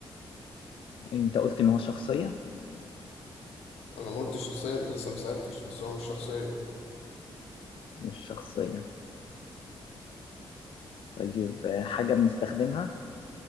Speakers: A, on the left (about 60°); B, on the left (about 85°).
A: انت قلت ان هو شخصية
B: انا ما قلتش شخصيه انت لسه ما سالتش بس هو مش شخصيه
A: مش شخصية طيب حاجة بنستخدمها